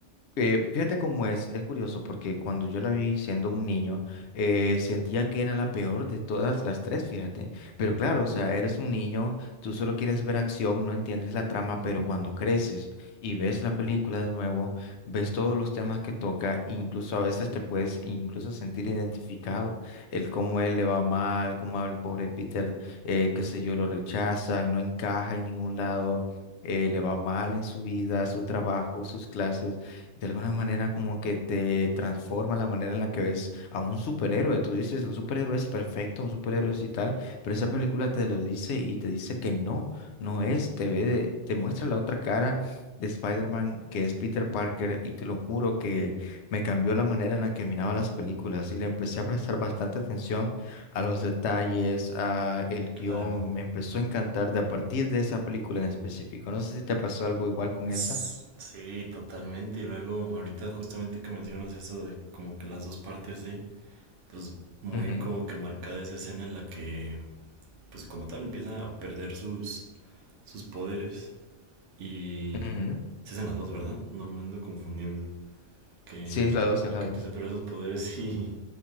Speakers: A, on the left (about 70°); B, on the right (about 80°).
A: eh, fíjate cómo es, es curioso porque cuando yo la vi siendo un niño, eh, sentía que era la peor de todas las tres, fíjate. Pero claro, o sea, eres un niño, tú solo quieres ver acción, no entiendes la trama,
B: Ujú,
A: pero cuando creces y ves la película de nuevo, ves todos los temas que toca, incluso a veces te puedes incluso sentir identificado, el cómo él le va mal, cómo al pobre Peter, eh, qué sé yo, lo rechazan, no encaja en ningún lado. eh, le va mal en su vida, su trabajo, sus clases. De alguna manera como que te transforma la manera en la que ves a un superhéroe. Tú dices, un superhéroe es perfecto, un superhéroe es y tal, pero esa película te lo dice y te dice que no, no es, te ve, te muestra la otra cara de Spider-Man que es Peter Parker y te lo juro que me cambió la manera en la que miraba las películas y le empecé a prestar bastante atención a los detalles, a el guión,
B: Claro.
A: me empezó a encantar de a partir de esa película en específico. No sé si te pasó algo igual con
B: S-
A: esa.
B: Sí, totalmente. Y luego, ahorita justamente que mencionas eso de como que las dos partes de, pues muy
A: Ujú,
B: como que marcada esa escena en la que pues como tal empieza a perder sus, sus poderes y
A: ujú.
B: se hacen las dos, ¿verdad? No me ando confundiendo. Que,
A: Sí, es la 2, es la
B: que
A: 2.
B: empieza a perder sus poderes y,